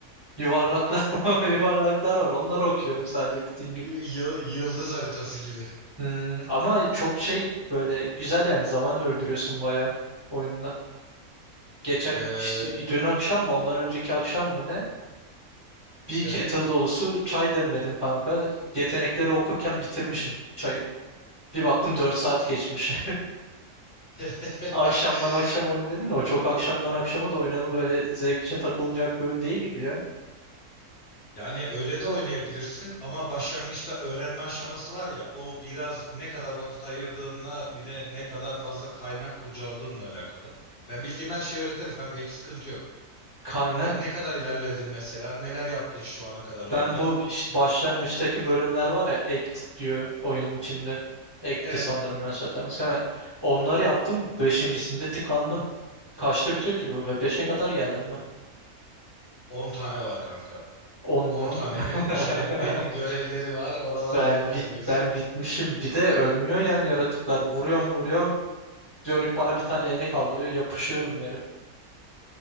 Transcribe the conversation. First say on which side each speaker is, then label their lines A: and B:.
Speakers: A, on the right (about 20°); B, on the left (about 50°).
A: Yuvarlaklar <laughs> yuvarlaklar var onları okuyorum sadece bütün gün.
B: Y- yı- yıldız haritası gibi.
A: Hmm, ama çok şey böyle güzel yani zaman öldürüyorsun bayağı oyunda. Geçen
B: Ee,
A: işte dün akşam mı ondan önceki akşam mı ne? Bir
B: evet.
A: kettle dolusu çay demledim kanka. Yetenekleri okurken bitirmişim çayı. Bir baktım 4 saat geçmiş.
B: <laughs>
A: <laughs> Akşamdan akşam oyunu dedim de o çok akşamdan akşama da oynanıp böyle zevk için takılacak bir oyun değil gibi ya.
B: Yani öyle de oynayabilirsin ama başlangıçta öğrenme aşaması var ya o biraz ne kadar vakit ayırdığınla bir de ne kadar fazla kaynak kurcaladığınla alakalı. Ben bildiğim her şeyi öğretirim kanka hiç sıkıntı yok.
A: Kaynak
B: Ne, ne kadar ilerledin mesela neler yaptın şu ana kadar oyunda?
A: ben bu işte başlangıçtaki bölümler var ya act diyor oyunun içinde. Act'ti
B: Evet
A: sanırım yanlış hatırlamıyorsam. Ha, Onları yaptım. Beşincisinde tıkandım. Kaçta bitiyor ki bu? Ve beşe kadar geldim
B: 10 tane var kanka.
A: 10
B: 10
A: mu?
B: tanenin
A: <laughs>
B: işte belli görevleri var oralarla
A: Ben
B: ilerliyorsun.
A: bit ben bitmişim. Bir de ölmüyor yani yaratıklar. Vuruyorum vuruyorum. Dönüp bana bir tane elini kaldırıyor. Yapışıyorum yere.